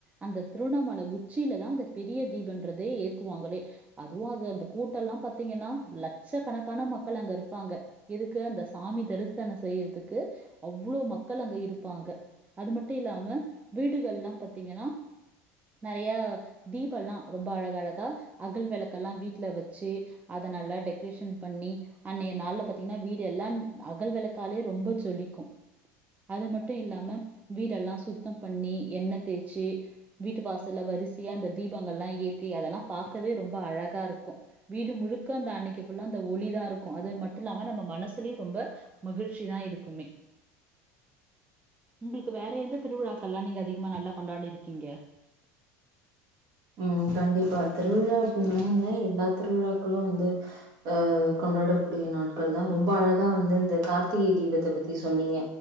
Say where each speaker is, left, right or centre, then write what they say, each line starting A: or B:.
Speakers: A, on the right; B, on the right.
A: அந்த திருவண்ணாமல உச்சிலதா அந்த பெரிய தீபன்றதே ஏத்துவாங்களே அதுவு அது அந்த கூட்டோல்லா பாத்திங்கன்னா லட்சக்கணக்கான மக்கள் அங்க இருப்பாங்க எதுக்கு அந்த சாமி தரிசனோ செய்யறதுக்கு அவ்ளோ மக்கள் அங்க இருப்பாங்க அது மட்டு இல்லாம வீடுகல்லா பாத்திங்கன்னா நெறையா தீபல்லா ரொம்ப அழகழகா அகல் விளக்கெல்லா வீட்ல வெச்சு அத நல்லா டெக்ரேஷன் பண்ணி அன்னைய நாள்ல பாத்திங்கனா வீடு எல்லான் அகல் விளக்காலே ரொம்பொ ஜொலிக்கு அது மட்டு இல்லாம வீடெல்லா சுத்தம் பண்ணி எண்ணெ தேச்சு வீட்டு வாசல்ல வரிசையா அந்த தீபங்கல்லா ஏத்தி அதெல்லா பாக்கவே ரொம்ப அழகா இருக்கு வீடு முழுக்க அந்த அன்னைக்கு ஃபுல்லா அந்த ஒளிதா இருக்கு அது மட்டு இல்லாம நம்ம மனசுலயு ரொம்ப மகிழ்ச்சிதா இருக்குமே உங்களுக் கு வேற எந்த திருவிழாக்கல்லா நீங்க அதிகமா நல்லா கொண்டாடிருக்கிங்க
B: ம் கண்டிப்பா திருவிழா அப்டினாவே எல்லா திருவிழாக்களு வந்து ஆ கொண்டாடக்கூடிய நாட்கள்தா ரொம்ப அழகா வந்து அந்த கார்த்திகை தீபத்த பத்தி சொன்னிங்க